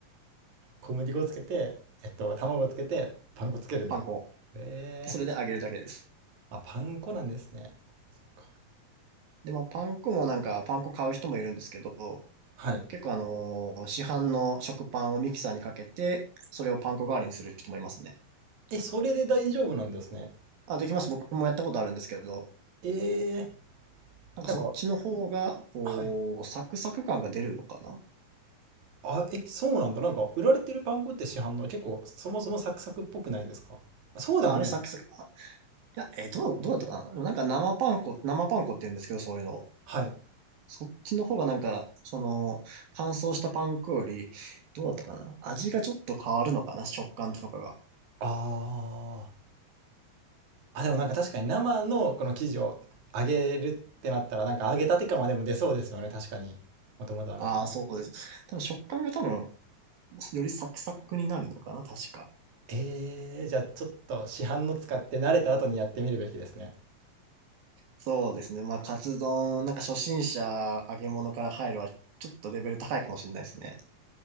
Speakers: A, on the right; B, on the right.
A: 小麦粉つけて、えっと、卵つけて、パン粉つけるんだ。
B: パン粉。
A: ええ
B: で、それで揚げるだけです。
A: あ、パン粉なんですね。そっか。
B: で、まあ、パン粉もなんか、パン粉買う人もいるんですけど、
A: はい。
B: 結構あのー市販の食パンをミキサーにかけて、それをパン粉代わりにする人もいますね。
A: え、それで大丈夫なんですね。
B: あ、できます。僕もやったことあるんですけど、
A: ええ
B: なんかそっちの方が、
A: なんか、
B: こう、
A: はい。
B: サクサク感が出るのかな
A: あ、え、そうなんだ。なんか、売られてるパン粉って市販の結構、そもそもサクサクっぽくないですかあそうでもないの
B: あ、あれサクサク、あ、いや、えーどう、どうだったかなでもなんか生パン粉、生パン粉って言うんですけど、そういうのを。
A: はい。
B: そっちの方がなんか、その、乾燥したパン粉より、どうだったかな味がちょっと変わるのかな食感とかが。
A: ああ。あ、でもなんか確かに生のこの生地を揚げるってなったら、なんか揚げたて感はでも出そうですよね。確かに。もともと揚がってる。
B: ああ、そうです。多分食感が多分、よりサクサクになるのかな確か。
A: えー、じゃあちょっと市販の使って慣れた後にやってみるべきですね。
B: そうですね。まあ、カツ丼、なんか初心者揚げ物から入るは、ちょっとレベル高いかもしれないですね。